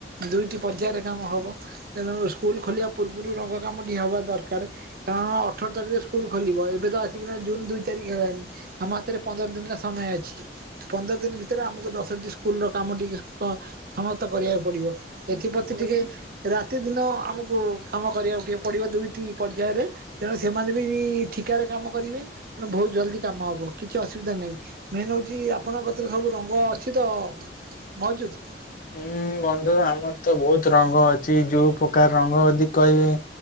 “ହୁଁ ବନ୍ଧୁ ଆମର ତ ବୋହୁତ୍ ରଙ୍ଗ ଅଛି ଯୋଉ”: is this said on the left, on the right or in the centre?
Left